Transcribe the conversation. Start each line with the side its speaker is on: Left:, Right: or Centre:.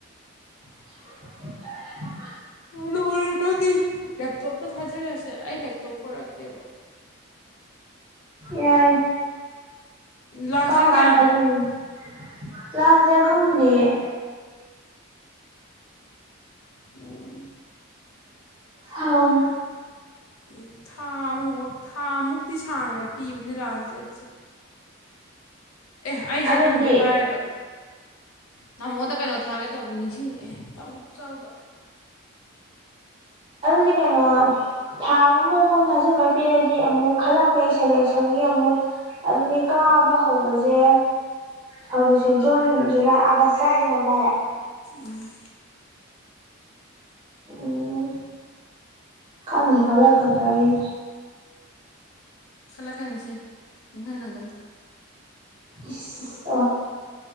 Right: <inaudible>
Left: ꯂꯣꯏꯔꯦ ꯅꯪꯒꯤ ꯂꯦꯞꯇꯣꯞꯇ ꯊꯥꯖꯤꯜꯂꯁꯦ ꯑꯩ ꯂꯦꯞꯇꯣꯞ ꯄꯣꯔꯛꯇꯦꯕ
Right: ꯌꯥꯏ
Left: ꯂꯥꯁ
Right: ꯀꯔꯝ
Left: ꯗꯦꯠ
Right: ꯀꯥꯟ
Left: ꯀꯌꯥꯅꯣ
Right: ꯊꯥꯖꯤꯟꯗꯣꯏꯅꯣ ꯆꯥꯖꯤꯔꯥ ꯈꯪꯗꯦꯌꯦ
Left: ꯎꯝ
Right: ꯍꯝ
Left: ꯎꯝ ꯊꯥ ꯑꯃꯃꯨꯀꯛ ꯊꯥ ꯃꯨꯛꯇꯤ ꯁꯥꯡꯅ ꯄꯤꯕꯅꯦ ꯂꯥꯁ ꯗꯦꯠ ꯁꯦ ꯑꯦ ꯑꯩꯖꯦ
Right: ꯑꯗꯨꯗꯤ
Left: ꯅꯪꯗꯨ ꯍꯥꯏꯔꯒ ꯇꯥꯃꯣꯗ ꯀꯩꯅꯣ ꯊꯥꯒꯦ ꯇꯧꯕ ꯅꯤꯡꯁꯤꯡꯉꯛꯑꯦ ꯇꯧ ꯆꯥꯎꯗ
Right: ꯑꯗꯨꯗꯤ ꯀꯩꯅꯣ ꯊꯥ ꯑꯃꯃꯨꯛ ꯐꯣꯝ ꯊꯥꯖꯤꯟꯕ ꯄꯤꯔꯗꯤ ꯑꯃꯨꯛ ꯈꯜꯂꯛꯄꯩ ꯁꯦꯂꯦꯛꯁꯟꯒꯤ ꯑꯃꯨꯛ ꯑꯗꯨꯗꯤ ꯀꯥꯕ ꯍꯧꯕꯖꯦ ꯍꯧꯖꯤꯛꯁꯦ ꯖꯨꯟ ꯖꯨꯂꯥꯏ ꯑꯥꯒꯁ ꯗꯥꯏꯗꯩ ꯍꯧꯇꯥꯔꯦ
Left: ꯎꯝ
Right: ꯎꯝ ꯈꯟꯕꯨ ꯈꯜꯂꯛꯀꯗ꯭ꯔꯥꯌꯦ
Left: ꯀꯅꯤꯁꯦ ꯅꯤꯡꯍꯟꯅꯒꯅꯨ
Right: ꯏꯁ